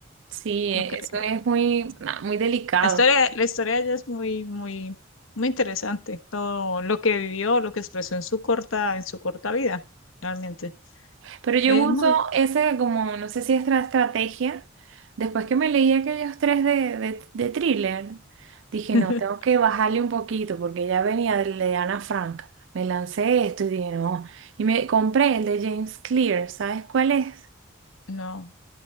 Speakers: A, on the right; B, on the left.
A: Sí,
B: no
A: eso
B: creo.
A: es muy, na, muy delicado.
B: La historia, la historia de ella es muy, muy, muy interesante, todo lo que vivió, lo que expresó en su corta, en su corta vida, realmente.
A: Pero yo
B: Es
A: uso
B: muy,
A: ese como, no sé si es tra- estrategia. Después que me leí aquellos tres de, de, de thriller, dije,
B: <laughs>
A: no, tengo que bajarle un poquito porque ya venía del de Ana Frank. Me lancé esto y dije, no. Y me compré el de James Clear, ¿sabes cuál es?
B: no.